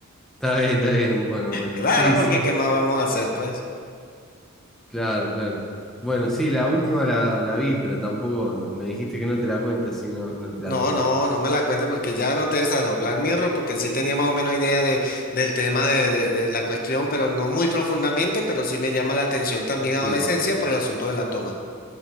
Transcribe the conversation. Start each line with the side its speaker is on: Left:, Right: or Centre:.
Centre: Está bien, está bien, bueno, bueno,
Left: Claro,
Centre: sí,
Left: porque
Centre: sí,
Left: ¿qué más vamos a hacer, pues?
Centre: claro, claro. Bueno, sí, la última la, la vi, pero tampoco me dijiste que no te la cuente, así no, no te la
Left: No,
Centre: cuento.
Left: no, no me la cuentes porque ya no te desado Black Mirror, porque sí tenía más o menos idea de, del tema de, de, de la cuestión, pero no muy profundamente, pero sí me llama la atención también
Centre: Sí,
Left: adolescencia por el asunto de la toma.